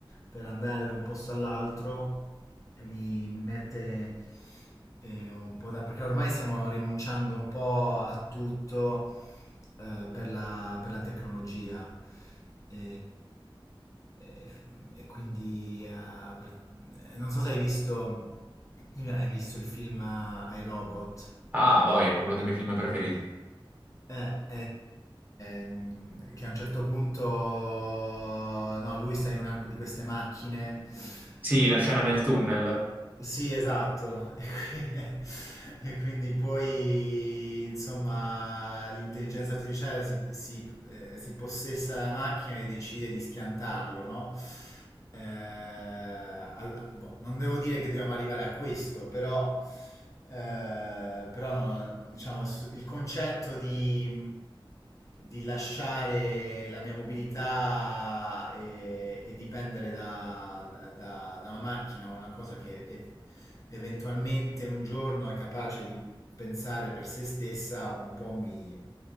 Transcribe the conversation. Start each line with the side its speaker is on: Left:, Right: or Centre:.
Left: per andare da un posto all'altro eh, mi, mi mette eh, un po' da... perché ormai stiamo rinunciando un po' a tutto eh, per la, per la tecnologia e, e f- e quindi eh, pra- eh, non so se hai visto, hai visto il film eh, I Robot.
Right: Ah, voglia, uno dei miei film preferiti.
Left: Eh, ehm, che a un certo punto no, lui sta in una di queste macchine
Right: Sì, la scena
Left: che
Right: nel tunnel.
Left: Sì, esatto. <laughs> E, qui- e quindi poi, insomma, l'intelligenza artificiale si, si, eh, si possessa della macchina e decide di schiantarlo, no? Eh, all- boh, non devo dire che dobbiamo arrivare a questo, però, eh, però diciamo, s- il concetto di di lasciare la mia mobilità e, e dipendere da, da- da una macchina o una cosa che e- eventualmente un giorno è capace di pensare per se stessa, un po' mi,